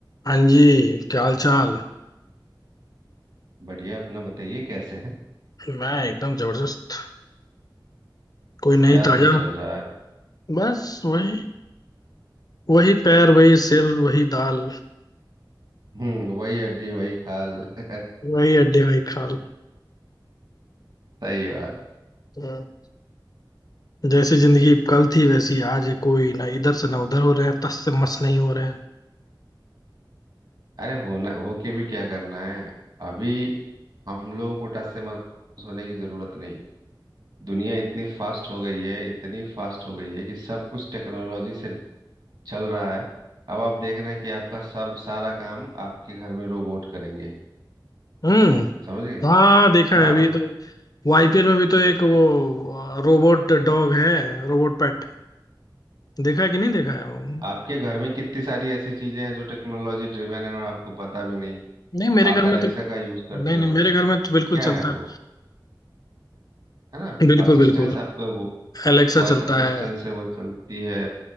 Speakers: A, on the left (about 50°); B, on the right (about 60°).
A: हाँ जी क्या हाल चाल
B: बढ़िया अपना बताइए कैसे हैं
A: मैं एकदम जबरदस्त कोई नहीं
B: क्या
A: ताजा
B: सब चल रहा है
A: बस वही वही पैर वही सिर वही दाल
B: हम्म वही हड्डी वही खाल <laughs>
A: वही हड्डी वही खाल
B: सही बात
A: हम्म। जैसी जिंदगी कल थी वैसी आज है कोई ना इधर से ना उधर हो रहे हैं तस से मस नहीं हो रहे हैं
B: अरे होना होके भी क्या करना है अभी हम लोगों को टस से मस होने की जरूरत नहीं दुनिया इतनी फास्ट हो गई है इतनी फास्ट हो गई है कि सब कुछ टेक्नोलॉजी से चल रहा है अब आप देखना कि आपका सब सारा काम आपके घर में रोबोट करेंगे
A: हम्म
B: समझ गए
A: हाँ देखा
B: हाँ
A: है अभी तो आईपीएल में भी तो एक वो रोबोट डॉग है रोबोट पेट देखा है कि नहीं देखा है वो
B: आपके घर में कितनी सारी ऐसी चीजें हैं जो टेक्नोलॉजी ड्रिवेन है और आपको पता भी नहीं
A: नहीं मेरे
B: आप
A: घर
B: एलेक्सा
A: में तो
B: का यूज करते
A: नहीं
B: हो
A: नहीं मेरे घर में तो बिल्कुल
B: क्या
A: चलता
B: है वो
A: है
B: है ना
A: बिल्कुल
B: असिस्टेंस
A: बिल्कुल
B: आपका वो
A: एलेक्सा
B: वॉइस
A: चलता
B: असिस्टेंस
A: है
B: है वो चलती है